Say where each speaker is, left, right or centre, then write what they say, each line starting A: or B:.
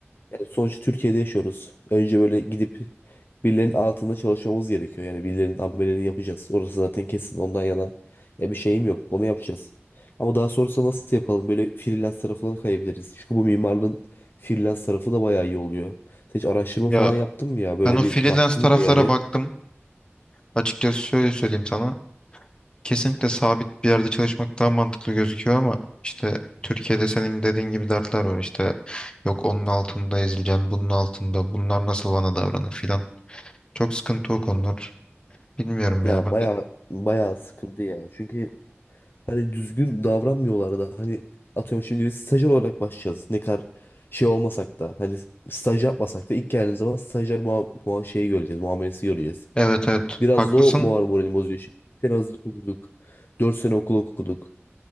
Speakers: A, on the left (about 50°); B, on the left (about 20°).
A: yani sonuçta Türkiye'de yaşıyoruz. Önce böyle gidip birilerinin altında çalışmamız gerekiyor. Yani birilerinin ameliyatını yapacağız. Orası zaten kesin ondan yana ya bir şeyim yok. Onu yapacağız. Ama daha sonrasında nasıl yapalım? Böyle freelance tarafına da kayabiliriz. Çünkü bu mimarlığın freelance tarafı da bayağı iyi oluyor. Sen hiç araştırma
B: Ya
A: falan yaptın mı ya? Böyle
B: ben o
A: bir
B: freelance
A: baktın
B: taraflara
A: mı yani?
B: baktım. Açıkçası şöyle söyleyeyim sana. Kesinlikle sabit bir yerde çalışmak daha mantıklı gözüküyor ama işte Türkiye'de senin dediğin gibi dertler var işte yok onun altında ezileceksin bunun altında bunlar nasıl bana davranır filan. Çok sıkıntı o konular. Bilmiyorum
A: Ya
B: ya ben.
A: baya baya sıkıntı ya. Çünkü hani düzgün davranmıyorlar da hani atıyorum şimdi biz stajyer olarak başlayacağız. Ne kadar şey olmasak da hani staj yapmasak da ilk geldiğimiz zaman stajyer muha muha şeyi göreceğiz, muamelesi göreceğiz.
B: Evet evet
A: Biraz
B: haklısın.
A: da o muar moralimi bozuyor. Şimdi bir sene hazırlık okuduk. Dört sene okul okuduk.